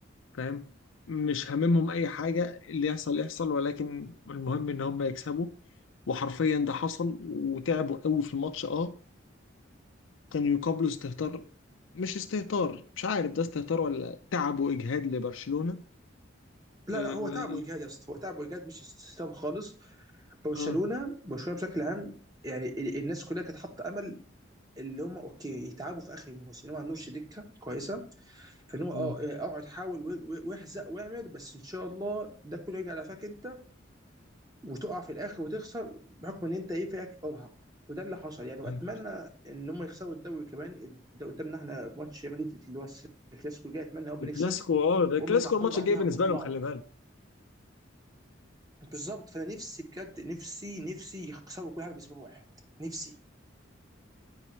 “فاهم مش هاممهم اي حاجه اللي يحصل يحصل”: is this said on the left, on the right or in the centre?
Left